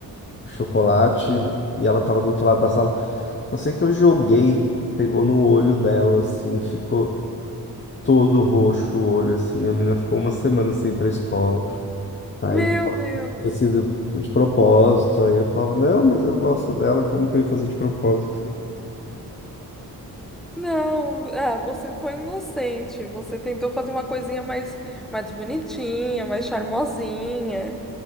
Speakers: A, on the left; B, in the centre.
A: chocolate e ela tava do outro lado da sala. Só sei que eu joguei, pegou no olho dela, assim, ficou todo roxo o olho, assim. A menina ficou uma semana sem ir pra escola. Aí,
B: Meu Deus.
A: tinha sido de propósito. Aí eu falava, não, mas eu gosto dela, como que eu ia fazer de propósito?
B: Não, ah, você foi inocente. Você tentou fazer uma coisinha mais, mais bonitinha, mais charmosinha.